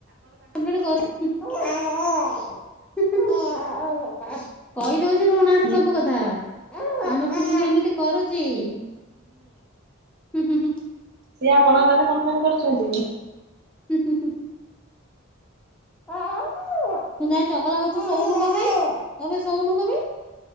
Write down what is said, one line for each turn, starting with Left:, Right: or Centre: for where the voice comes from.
Centre: କଂପ୍ଲେନ୍ କରୁ ହୁଁ ହୁଁ ହୁଁ ହୁଁ କହିଦଉଛି ତୋ ନାଁରେ
Right: ହଁ
Centre: ସବୁ କଥା ଆମର ଚୁଇଁନ ଏମିତି କରୁଛି। ହୁଁ ହୁଁ ହୁଁ
Right: ସିଏ ଆପଣଙ୍କ ନାରେ କମ୍ପଲେନ୍ କରୁଛନ୍ତି।
Centre: <unintelligible> ତୁ ଯାଇ ଚଗଲା ହଉଚୁ ଶୋଉନୁ କଣ ପାଇଁ କଣ ପାଇଁ ଶୋଉନୁ କଣ ପାଇଁ?